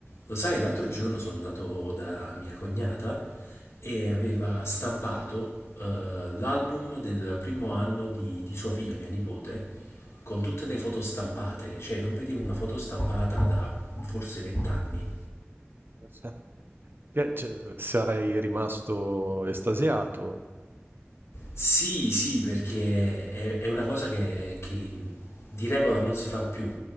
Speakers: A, on the left (about 85°); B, on the right (about 50°).
A: Lo sai, l'altro giorno sono andato da mia cognata e aveva stampato eh, l'album del primo anno di, di sua figlia, mia nipote, con tutte le foto stampate, cioè non vedevo una foto stampata da forse vent'anni
B: Cioè, Eh, cioè, eh, sarei rimasto estasiato,
A: Sì, sì, perché è, è una cosa che, che di regola non si fa più,